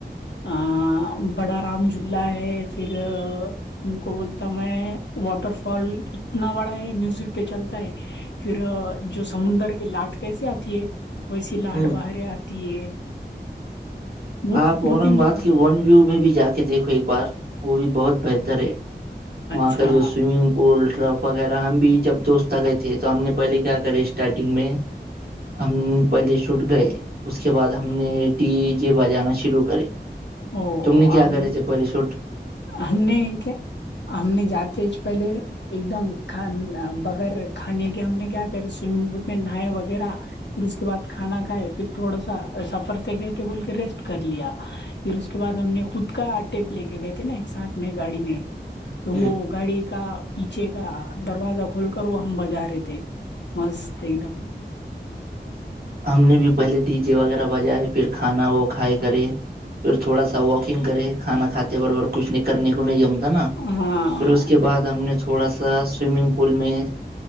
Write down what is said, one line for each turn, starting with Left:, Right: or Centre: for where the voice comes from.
Left: ہ بڑا رام جھولا ہے پھر تم کو بولتا میں واٹر فال اتنا بڑا ہے میوزک پہ چلتا ہے پھر جو سمندر کی لاٹ کیسے آتی ہے ویسی لاٹ
Right: ہوں
Left: باہرے آتی ہے بہت
Right: آپ
Left: بہت
Right: اورنگ
Left: انجوائے
Right: آباد کے ون ویو میں بھی جا کے دیکھو ایک بار وہ بھی بہت بہتر ہے وہاں
Left: اچھا
Right: کا جو سوئمنگ اولٹرف وغیرہ ہم بھی جب دوست آ گئے تھے تو ہم نے پہلے کیا کرے اسٹارٹنگ میں ہم پہلیے شوٹ گئے <unintelligible> اس کے بعد ہم نے ڈی جے بجانا شروع کرے
Left: او
Right: تم نے
Left: آپ
Right: کیا کرے تھے پہلی سوٹ <inaudible>
Left: ہم نے کیا ہم نے جاتے پہلے ایک دم کان بغیر کھانے کے ہم نے کیا کر سوئمنگ پول پ نہائے وغیرہ پھر اس کے بعد کھانا کھائے پھر تھوڑا سا سفر سے گئے تھے بول کے ریسٹ کر لیا پھر اس کے بع ہم نے خود کا ٹیپ لے کے گئے تھ تھے نا ایک ساتھ میں گاڑی میں تو وہ
Right: ہ
Left: گاڑی کا پیچھے کا دروازہ کھول کر وہ ہم بجا رہے تھے مست ایک دم
Right: ہم نے بھی پہلے ڈی جے وغیرہ بجائے پھر کھانا وہ کھائے کرے پھر تھوڑا سا واکنگ کرے کھانا کھاتے برابر کچھ نہیں کرنے کو نہیں جمتا نا
Left: ہوں
Right: پھر اس کے بعد ہم نے تھوڑا سا سوئمنگ پل میں